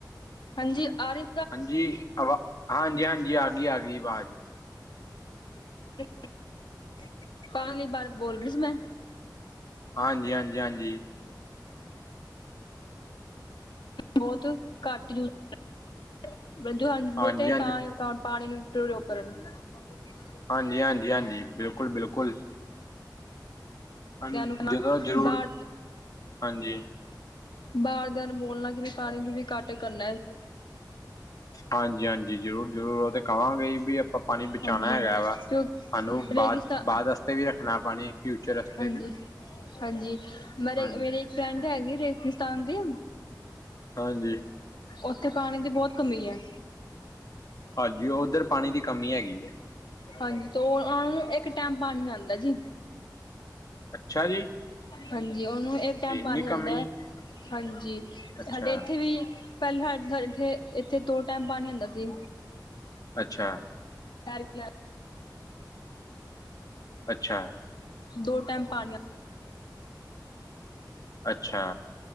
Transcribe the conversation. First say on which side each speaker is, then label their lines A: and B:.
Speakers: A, on the left; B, on the left.
A: ਹਾਂਜੀ ਆ ਰਹੀਂ
B: ਹਾਂਜੀ, ਆਵਾਜ਼ ਹਾਂਜੀ-ਹਾਂਜੀ ਆ ਗਈ, ਆ ਗਈ ਆਵਾਜ਼
A: <unintelligible> ਬਾਰ ਬੋਲਦੀ ਸੀ ਮੈਂ
B: ਹਾਂਜੀ, ਹਾਂਜੀ, ਹਾਂਜੀ
A: ਬਹੁਤ ਘੱਟ ਯੂਜ ਹਾਂ <unintelligible>
B: ਹਾਂਜੀ ਹਾਂਜੀ
A: ਪਾਣੀ ਨੂੰ <unintelligible> ਕਰਨ <inaudible>
B: ਹਾਂਜੀ, ਹਾਂਜੀ, ਹਾਂਜੀ, ਬਿਲਕੁਲ, ਬਿਲਕੁਲ ਹਾਂਜੀ
A: ਨੂੰ ਕਹਿਣਾ
B: ਜਦੋਂ ਜ਼ਰੂਰਤ
A: ਬਾਹਰ
B: ਹਾਂਜੀ
A: ਬਾਰ ਦਿਨ ਮੌਲਾ ਚ ਵੀ ਪਾਣੀ ਪੁਰੀ ਤੁਸੀਂ ਕੱਟ ਕਰਨਾ
B: ਹਾਂਜੀ, ਹਾਂਜੀ ਜ਼ਰੂਰ-ਜ਼ਰੂਰ, ਉਹਦੇ ਕਵਾਂਗੇ ਵੀ ਆਪਾਂ ਪਾਣੀ ਬਚਾਉਣਾ
A: ਹਾਂਜੀ
B: ਹੈਗਾ ਵਾ
A: ਕਿਉਂ
B: ਹਲੋ ਬਾਅਦ
A: ਰੇਗਿਸਤਾ
B: ਬਾਅਦ ਵਾਸਤੇ ਵੀ ਰੱਖਣਾ ਪਾਣੀ ਫਿਊਚਰ ਵਾਸਤੇ
A: ਹਾਂਜੀ
B: ਵੀ
A: ਹਾਂਜੀ, ਮਰੇ
B: ਹਾਂਜੀ
A: ਮੇਰੇ ਫਰੈਂਡ ਹੈਗੀ, ਰੇਗਿਸਤਾਨ ਦੀ
B: ਹਾਂਜੀ
A: ਉੱਥੇ ਪਾਣੀ ਚ ਬਹੁਤ ਘੁੰਮੀ ਆਂ।
B: ਹਾਂਜੀ, ਉੱਧਰ ਪਾਣੀ ਦੀ ਕਮੀ ਹੈਗੀ ਐ
A: ਹਾਂਜੀ ਤੇ, ਉਹਨਾਂ ਨੂੰ ਇੱਕ ਟੈਮ ਪਾਣੀ ਆਉਂਦਾ ਜੀ।
B: ਅੱਛਾ ਜੀ।
A: ਹਾਂਜੀ, ਉਹਨੂੰ ਇੱਕ ਟਾਈਮ
B: ਇੰਨੀ
A: ਪਾਣੀ ਆਉਂਦਾ
B: ਕਮੀ
A: ਐ, ਹਾਂਜੀ ਸਾਡੇ
B: ਅੱਛਾ
A: ਇੱਥੇ ਵੀ, ਪਹਿਲਾਂ ਤਾਂ ਥੇ ਇਥੇ-ਇੱਥੇ ਤੋ ਦੋ ਟਾਈਮ ਪਾਣੀ ਆਉਦਾ ਸੀ।
B: ਅੱਛਾ।
A: <inaudible>
B: ਅੱਛਾ
A: ਦੋ ਟੈਮ ਪਾਣੀ
B: ਅੱਛਾ।